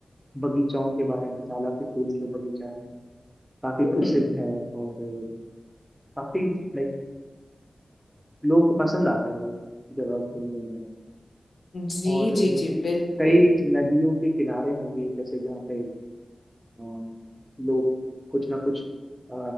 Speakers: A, in the centre; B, on the left (about 75°).
A: बगीचाओं के बारे में लाला के फूल जो बगीचा है काफी
B: हम्म
A: प्रसिद्ध है और अ, काफी लाइक लोगों को पसंद आता है ये जगह घूमने में
B: जी
A: और अ,
B: जी जी बिल्कुल
A: कई नदियों के किनारे होंगे जैसे जहाँ पे अ, लोग कुछ ना कुछ अ,